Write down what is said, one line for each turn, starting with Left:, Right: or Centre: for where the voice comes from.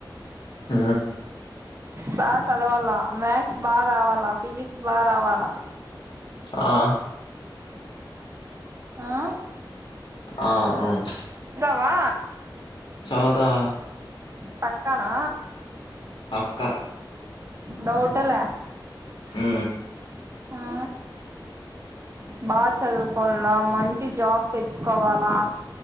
Left: ఉ
Right: బా సదవల్ల మ్యాథ్స్ బా రావల్ల ఫిజిక్స్ బా రావాలా
Left: ఆ
Right: ఉ
Left: ఆ ఉ
Right: వా
Left: చవుతా
Right: పక్కనా
Left: పక్క
Right: డౌటల
Left: ఉ
Right: ఆ బా చదువుకోల్ల మంచి జాబ్ తెచ్చుకోవాలా